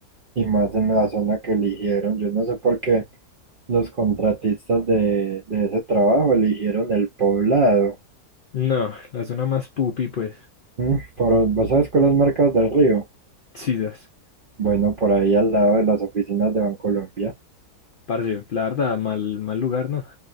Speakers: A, on the right; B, on the left.
A: y más en la zona que eligieron. Yo no sé por qué los contratistas de, de ese trabajo eligieron el Poblado.
B: No, la zona más pupi, pues.
A: Mm, Por, ¿vos sabes cuáles marcas del río?
B: Chidas.
A: Bueno, por ahí al lado de las oficinas de Bancolombia.
B: Parce, la verdad, mal, mal lugar, ¿no?